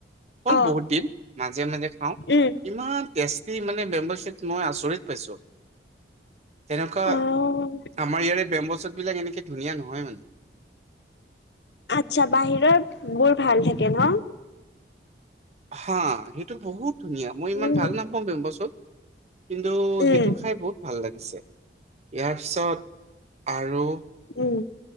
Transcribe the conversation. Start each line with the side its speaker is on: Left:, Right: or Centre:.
Right: হ'ল
Left: অ',
Right: বহুত দিন, মাজে, মাজে খাওঁ
Left: উম,
Right: ইমান টেষ্টি মানে, বেম্বো শ্বুট মই আচৰিত পাইছো তেনেকুৱা।
Left: অ',
Right: আমাৰ ইয়াৰে বেম্বো শ্বুট বিলাক এনেকে ধুনীয়া নহয় মানে।
Left: আচ্ছা, বাহিৰত বোৰ ভাল থাকে ন।
Right: হা, সেইটো বহুত ধুনীয়া মই ইমান
Left: উম,
Right: ভাল নাপাওঁ বেম্বো শ্বুট। কিন্তু
Left: উম,
Right: সেইটো খাই বহুত ভাল লাগিছে, ইয়াৰ পিছত আৰু।
Left: উম,